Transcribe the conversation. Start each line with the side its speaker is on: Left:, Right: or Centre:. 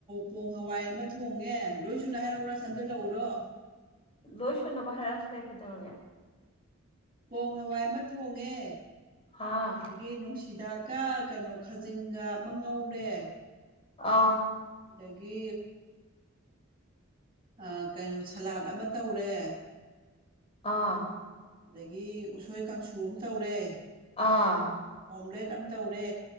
Right: ꯄꯣꯡ ꯍꯋꯥꯏ ꯑꯃ ꯊꯣꯡꯉꯦ ꯂꯣꯏ ꯁꯨꯅ ꯍꯥꯏꯔꯛꯎꯔꯥ ꯁꯝꯖꯜꯂꯛꯎꯔꯣ
Left: ꯂꯣꯏꯁꯨꯅꯕ ꯍꯥꯏꯔꯛ ꯑꯁꯨ ꯌꯥꯏ ꯀꯩꯗꯧꯔꯒ‌ꯦ
Right: ꯄꯣꯡ ꯍꯋꯥꯏ ꯑꯃ ꯊꯣꯡꯉꯦ
Left: ꯑꯥ
Right: ꯑꯗꯒꯤ ꯒꯤ ꯅꯨꯡꯁꯤꯗꯥꯛꯀ ꯀꯩꯅꯣ ꯈꯥꯖꯤꯡꯒ ꯑꯃ ꯉꯧꯔꯦ
Left: ꯑꯥ
Right: ꯗꯒꯤ ꯑꯩ ꯀꯩꯅꯣ ꯁꯂꯥꯠ ꯑꯃ ꯇꯧꯔꯦ
Left: ꯑꯥ
Right: ꯗꯒꯤ ꯎꯁꯣꯏ ꯀꯥꯡꯁꯨ ꯑꯃ ꯇꯧꯔꯦ
Left: ꯑꯥ
Right: ꯑꯣꯝꯂꯦꯠ ꯑꯃ ꯇꯧꯔꯦ